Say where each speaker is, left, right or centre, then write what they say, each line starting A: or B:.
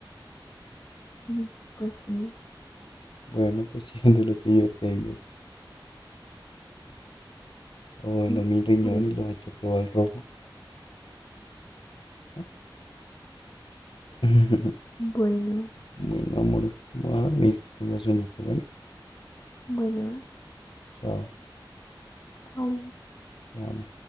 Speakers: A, on the left; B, on the left.
A: Mm, Pues sí.
B: Bueno, pues <laughs> si vendo lo que yo tengo. O vendo
A: Mm,
B: mi riñón
A: mm.
B: y lo echo todo al rojo. ¿no? <laughs>
A: Bueno,
B: Bueno, amor, voy a dormir, que tenga sueñito. Bueno,
A: bueno, vale.
B: chao,
A: Chao.
B: te amo.